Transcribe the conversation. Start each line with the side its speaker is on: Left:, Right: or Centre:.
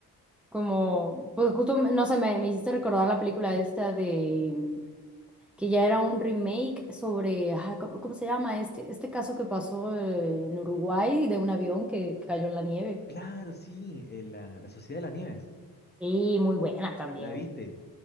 Centre: Como, pues justo, me- no sé, me, me hiciste recordar la película esta de, mm, que ya era un remake sobre, ah, ¿cómo, cómo se llama? Este, este caso que pasó eh, en Uruguay de un avión que cayó en la nieve.
Left: Claro, sí, eh, la, la Sociedad de las Nieves.
Centre: Sí, muy buena también.
Left: ¿La viste?